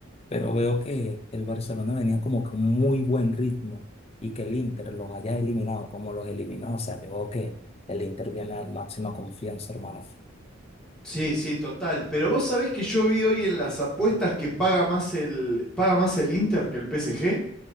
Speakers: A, on the left; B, in the centre.
A: Pero veo que el Barcelona venía como con muy buen ritmo y que el Inter los haya eliminado como los eliminó. O sea, yo veo que el Inter viene a la máxima confianza, hermano.
B: Sí, sí, total. Pero vos sabés que yo vi hoy en las apuestas que paga más el, paga más el Inter que el PSG.